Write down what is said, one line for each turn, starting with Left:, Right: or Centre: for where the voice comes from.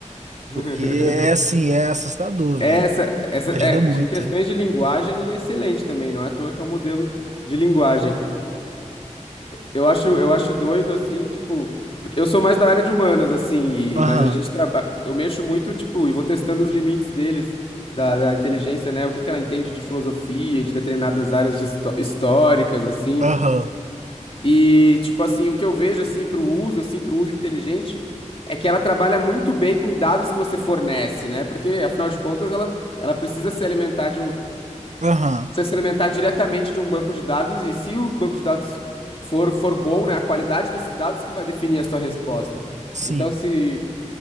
Left: <laughs>
Right: porque é assim, é assustador,
Left: Essa,
Right: velho.
Left: essa,
Right: Ajuda
Left: é, de,
Right: muito.
Left: em questões de linguagem, ele é excelente também, não é à toa que é um modelo de linguagem. Eu acho, eu acho doido, assim, tipo. Porque eu sou mais da área de humanas, assim, e-
Right: Aham,
Left: mas a gente trabalha. Eu mexo muito, tipo, e vou testando os limites deles, da, da inteligência, né? O que que ela entende de filosofia, de determinadas áreas de histó- históricas, assim.
Right: aham,
Left: E, tipo, assim, o que eu vejo, assim, pro uso, assim, pro uso inteligente, é que ela trabalha muito bem com dados que você fornece, né? Porque, afinal de contas, ela, ela precisa se alimentar
Right: aham,
Left: você se alimentar diretamente de um banco de dados e se o banco de dados for, for bom, né, a qualidade desses dados que vai definir a sua resposta.
Right: sim.
Left: Então, se